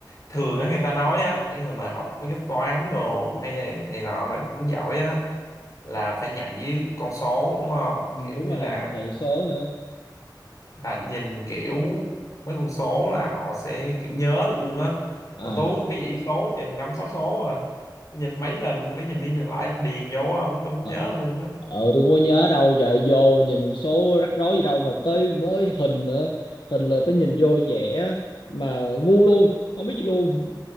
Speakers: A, on the left; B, on the left.
A: thường á người ta nói á những người mà học mấy cái toán đồ hay này, này nọ mà cũng giỏi á là phải nhạy với con số đúng không
B: ừ,
A: kiểu
B: đúng
A: như
B: rồi
A: là
B: nè, nhảy số nữa.
A: là nhìn kiểu mấy con số là họ sẽ kiểu nhớ được luôn á
B: À
A: còn tôi uống một cái dãy số chừng năm sáu số à tôi nhìn mấy lần tôi phải nhìn đi nhìn lại tôi điền vô không chứ tôi không
B: ờ
A: nhớ luôn á
B: ờ tôi cũng có nhớ đâu trời vô nhìn số rắc rối gì đâu mà tới mới hình nữa. Hình là phải nhìn vô vẽ mà ngu luôn, không biết gì luôn.